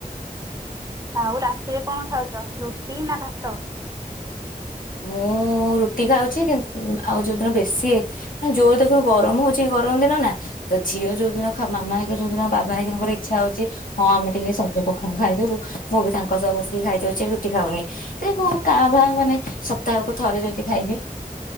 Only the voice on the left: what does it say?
ମୁଁ ରୁଟି ଖାଉଛି ଆଉ ଯୋଉ ଦିନ ବେଶିନେ ଯୋର ଦେଖନ୍ତୁ ଗରମ ହଉଛି ଗରମ ଦିନ ନା ତ ଝିଅ ଯୋଉ ଦିନ ମାମା ହକ ଯୋଉଦିନ ବାବା ଆକଙ୍କର ଇଚ୍ଛା ହଉଛି ହଁ ଆମେ ଟିକେ ସଜ ପଖାଳ ଖାଇଦବୁ ମୁଁ ବି ତାଙ୍କ ସହ ବସିକି ଖାଇଦଉଛି ରୁଟି ଖାଉନି ସେ କଉ କାଭାଁ ମାନେ ସପ୍ତାହକୁ ଥରେ ଯଦି ଖାଇବି